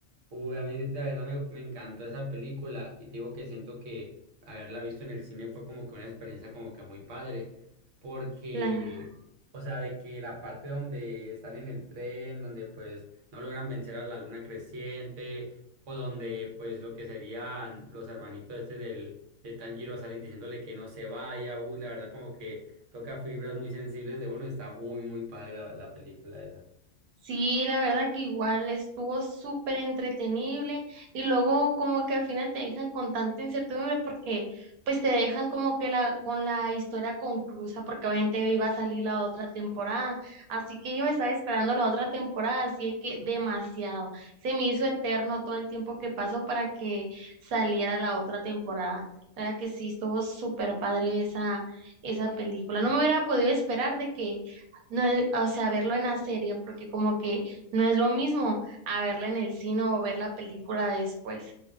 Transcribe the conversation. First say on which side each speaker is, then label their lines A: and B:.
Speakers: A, on the right; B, on the right.
A: Uy, a mí de de verdad me, me encantó esa película y te digo que siento que haberla visto en el cine fue como que una experiencia como que muy padre, porque,
B: la,
A: o sea, de que la parte donde están en el tren, donde pues no logran vencer a la luna creciente, o donde pues lo que serían los hermanitos este del, de Tanjiro salen diciéndole que no se vaya, uy, la verdad como que toca fibras muy sensibles de uno y está muy, muy padre la, la película esa.
B: Sí, la verdad que igual estuvo súper entretenible y luego como que al final te dejan con tanta incertidumbre porque pues te dejan como que la con la historia conclusa porque obviamente iba a salir la otra temporada, así que yo estaba esperando la otra temporada, así de que demasiado, se me hizo eterno todo el tiempo que pasó para que saliera la otra temporada. La verdad que sí, estuvo súper padre esa, esa película. No me hubiera podido esperar de que no es, o sea, verlo en la serie, porque como que no es lo mismo a verla en el cine o ver la película después.